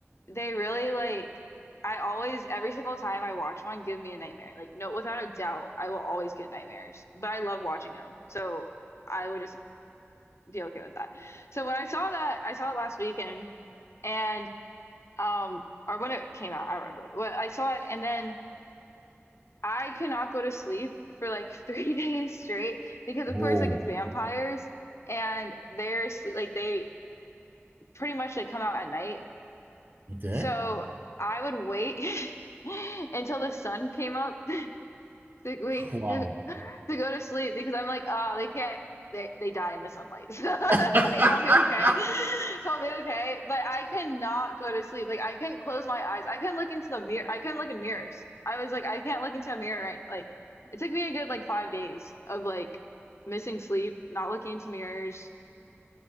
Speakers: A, on the left; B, on the right.
A: they really like I always every single time I watch one give me a nightmare. Like no without a doubt I will always get nightmares. But I love watching them. So I would just be okay with that. So when I saw that I saw it last weekend and um or when it came out, I remember. Well, I saw it and then I could not go to sleep for like <laughs> three days straight because of
B: Whoa.
A: course like it's vampires and they're sleep like they pretty much like come out at night
B: Okay.
A: So I would wait <laughs> until the sun came up <laughs> to wait
B: Wow.
A: to, to go to sleep because I'm like, oh, they can't they they die in the sunlight. <laughs> So like
B: <laughs>
A: I'll be okay. <laughs> So I'll be okay. But I could not go to sleep. Like I couldn't close my eyes. I couldn't look into the mirror. I couldn't look in mirrors. I was like, I can't look into a mirror right. Like it took me a good like five days of like missing sleep, not looking into mirrors.